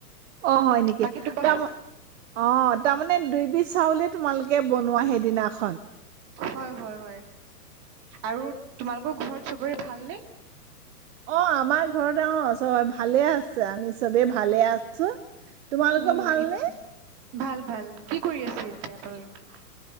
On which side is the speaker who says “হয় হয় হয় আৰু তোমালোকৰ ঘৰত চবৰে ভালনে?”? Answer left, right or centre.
Right